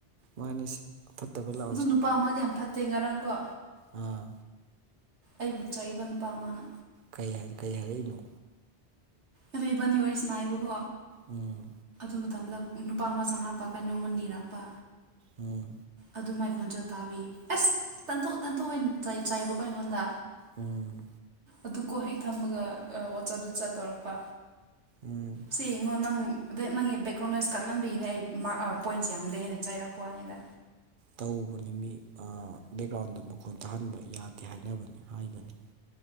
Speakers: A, on the right (about 50°); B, on the right (about 75°).
A: ꯃꯥꯅꯤꯁꯤ ꯐꯠꯇꯕ ꯂꯥꯛ
B: ꯑꯗꯨ ꯅꯨꯄꯥ ꯑꯃꯗꯤ ꯌꯥꯝ ꯐꯠꯇꯦ ꯉꯔꯥꯡꯀꯣ
A: ꯑꯥ
B: ꯑꯩꯕꯨ ꯆꯩꯕ ꯅꯨꯄꯥ ꯑꯃꯥꯅ
A: ꯀꯩ ꯍꯥꯏ ꯀꯩ ꯍꯥꯏꯔꯛꯏꯅꯣ
B: ꯑꯗ ꯏꯕꯟꯅꯤ ꯋꯥꯔꯤꯁꯤꯅꯥꯏꯕꯀꯣ
A: ꯎꯝ
B: ꯑꯗꯨ ꯃꯇꯝꯗ ꯅꯨꯄꯥ ꯑꯃ ꯆꯪꯉꯛꯄ ꯀꯩꯅꯣꯝ ꯑꯃ ꯅꯤꯔꯛꯄ
A: ꯎꯝ
B: ꯑꯗꯨ ꯃꯥꯏ ꯈꯣꯟꯖꯦꯜ ꯇꯥꯕꯤ ꯑꯁ ꯇꯥꯟꯊꯣꯛꯑꯣ ꯇꯥꯟꯊꯣꯛꯑꯣ ꯍꯩꯅ ꯆꯩꯏ ꯆꯩꯏꯕꯀꯣ ꯑꯩꯉꯣꯟꯗ
A: ꯎꯝ
B: ꯑꯗꯨꯀꯣ ꯍꯦꯛ ꯊꯝꯕꯒ ꯑ ꯋꯥꯆꯞꯇ ꯆꯠ ꯇꯧꯔꯛꯄ
A: ꯎꯝ
B: ꯁꯦ ꯌꯦꯡꯉꯣ ꯅꯪ ꯕꯦꯛ ꯅꯪꯒꯤ ꯕꯦꯛꯒ꯭ꯔꯥꯎꯟ ꯂꯂꯦꯖ ꯀꯞꯍꯟꯕꯤꯒꯤꯅꯤ ꯑꯩ ꯄꯣꯏꯟꯁꯦ ꯌꯥꯝꯗꯤ ꯍꯦꯟꯅ ꯆꯩꯥꯏꯔꯛꯄ ꯋꯥꯅꯤꯗ
A: ꯇꯧꯕꯅꯤ ꯃꯤ ꯕꯦꯛꯒ꯭ꯔꯥꯎꯟꯗ ꯃꯈꯣꯟ ꯇꯥꯍꯟꯕ ꯌꯥꯗꯦ ꯍꯥꯏꯅꯕꯅꯤ ꯍꯥꯏꯕꯅꯤ